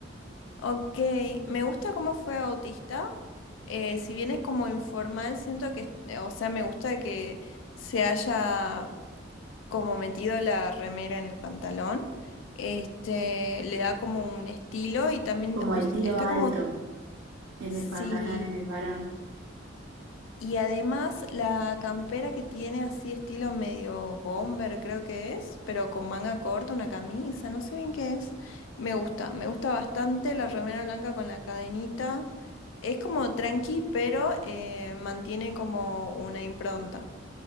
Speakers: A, on the left; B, on the right.
A: ok, me gusta cómo fue Autista, eh, si bien es como informal, siento que, o sea, me gusta que se haya como metido la remera en el pantalón, este, le da como un estilo y también
B: como
A: us-
B: el tiro
A: está
B: alto
A: como,
B: en
A: sí,
B: el pantalón, en el varón.
A: y además la campera que tiene así estilo medio bomber creo que es, pero con manga corta, una camisa, no sé bien qué es, me gusta, me gusta bastante la remera blanca con la cadenita, es como tranqui, pero eh, mantiene como una impronta.